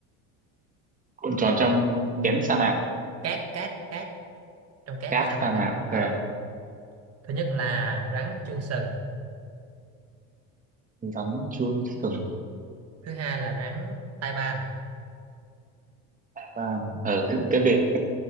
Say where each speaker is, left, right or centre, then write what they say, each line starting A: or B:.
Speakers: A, on the right; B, on the right.
A: cuộn tròn trong kén sa mạc
B: cát cát cát trong cát
A: cát
B: của sa mạc
A: sa mạc
B: á
A: ok
B: ờ thứ nhất là rắn chuông sừng
A: rắn chuông sừng
B: thứ hai là rắn tai ban
A: sa ban ờ thế- tiếp đi